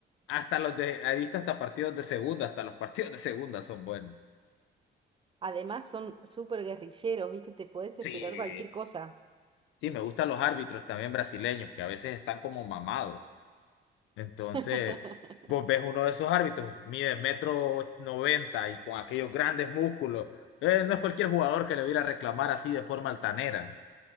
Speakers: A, on the left; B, on the right.
A: hasta los de, he visto hasta partidos de segunda, hasta los partidos de segunda son buenos.
B: Además son súper guerrilleros, ¿viste? Te podés
A: Sí,
B: esperar cualquier cosa.
A: sí, me gustan los árbitros también brasileños, que a veces están como mamados. Entonces,
B: <laughs>
A: vos ves uno de esos árbitros, mide metro noventa y con aquellos grandes músculos. Eh, no es cualquier jugador que le viera a reclamar así de forma altanera.